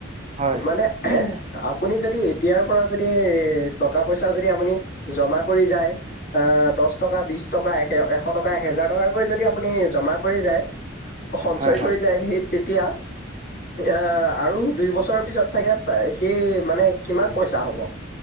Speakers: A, on the right (about 30°); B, on the left (about 50°).
A: হয়
B: মানে আপুনি যদি এতিয়াৰ পৰা যদি টকা পইচা যদি আপুনি জমা কৰি যায় দহ টকা বিশ টকা এশ এহেজাৰ টকাকৈ যদি আপুনি জমা কৰি যায় সঞ্চয়
A: হয় হয়
B: কৰি যায় এতিয়া এ আৰু দুই বছৰ পিছত চাগে সেই মানে কিমান পইচা হ'ব